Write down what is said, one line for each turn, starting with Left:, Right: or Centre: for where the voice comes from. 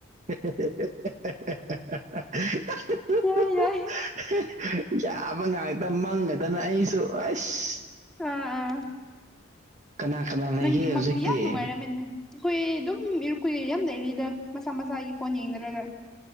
Right: <unintelligible>
Centre: ꯌꯥꯏ ꯌꯥꯏ
Right: ꯌꯥꯕ ꯉꯥꯛꯇ ꯃꯪꯉꯗꯅ ꯑꯩꯁꯨ ꯑꯁ
Centre: ꯑꯥ ꯑꯥ
Right: ꯀꯅꯥ ꯀꯅꯥ ꯂꯩꯒꯦ
Centre: ꯅꯪꯒꯤ
Right: ꯍꯧꯖꯤꯛꯇꯤ
Centre: ꯃꯪꯗꯤ ꯌꯥꯝ ꯅꯨꯡꯉꯥꯏꯔꯝꯃꯦꯅꯦ ꯑꯩꯈꯣꯏ ꯑꯗꯨꯝ ꯏꯔꯨꯞ ꯀꯨꯏꯔꯩ ꯌꯥꯝ ꯂꯩꯔꯤꯗ ꯃꯁꯥ ꯃꯁꯥꯒꯤ ꯐꯣꯟ ꯌꯦꯡꯅꯔꯒ